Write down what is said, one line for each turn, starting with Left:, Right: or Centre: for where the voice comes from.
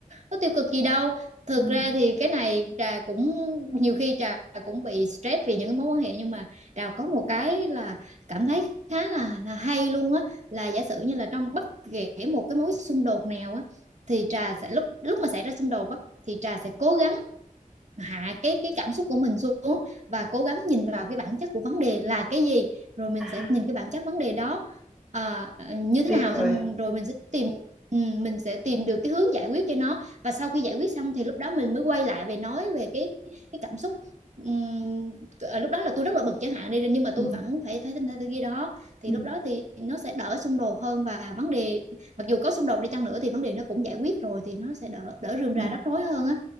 Right: nó tiêu cực gì đâu thực
Centre: ừ.
Right: ra thì cái này Trà cũng nhiều khi Trà cũng bị stress vì những cái mối quan hệ nhưng mà Trà có một cái là cảm thấy khá là là hay luôn á là giả sử như là trong bất kể một cái mối xung đột nào á thì Trà sẽ lúc lúc mà xảy ra xung đột á thì Trà sẽ cố gắng hạ cái cái cảm xúc của mình xuống và cố gắng nhìn vào cái bản chất của vấn đề là cái gì rồi mình
Centre: à,
Right: sẽ nhìn cái bản chất vấn đề đó à, như thế
Centre: tuyệt
Right: nào
Centre: vời
Right: xong rồi mình sẽ tìm ừ, mình sẽ tìm được cái hướng giải quyết cho nó và sau khi giải quyết xong thì lúc đó mình mới quay lại về nói về cái cái cảm xúc Ừm, lúc đó là tôi rất là bực chẳng hạn đi nhưng mà tôi
Centre: ừ.
Right: vẫn phải phải thế kia đó thì
Centre: ừ,
Right: lúc đó thì nó sẽ đỡ xung đột hơn và vấn đề mặc dù có xung đột đi chăng nữa thì vấn đề nó cũng giải quyết rồi thì nó sẽ đỡ đỡ rườm
Centre: ừ.
Right: rà rắc rối hơn á